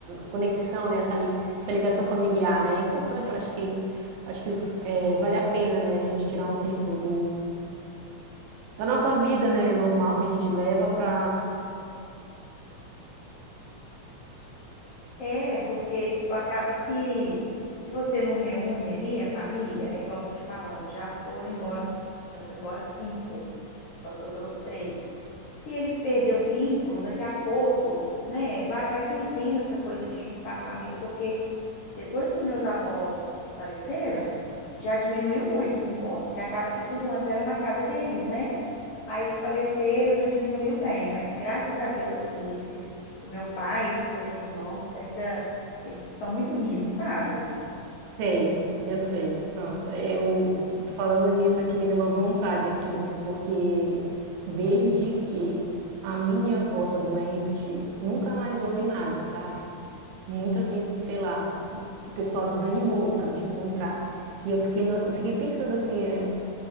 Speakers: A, on the right; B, on the left.
A: conexão, né? Essa, li- essa ligação familiar, né? É importante, eu acho que acho que é, vale a pena, né? A gente tirar um tempo do da nossa vida, né? Normal que a gente leva para
B: É, porque, tipo, acaba que se você não reúne ali a família, é igual eu tô te falando, já foram embora, já foi embora cinco. Só sobrou os três. Se eles perderem o vínculo, daqui a pouco, né, vai, vai perdendo essa coisa de juntar a família, porque Depois que os meus avós faleceram, já diminuiu muito os encontros, porque acaba que tudo antes era na casa deles, né? Aí eles faleceram, já diminuiu bem, mas graças a Deus, assim, esses, o meu pai, e esses dois irmãos, ainda, eles são muito unidos, sabe?
A: Sei, eu sei. Nossa, eu tô tô falando nisso aqui me deu uma vontade aqui, né? Porque desde que a minha avó tá doente, nunca mais houve nada, sabe? Muito assim, sei lá, o pessoal desanimou, sabe, de encontrar. E eu fiquei, na- eu fiquei pensando assim, é,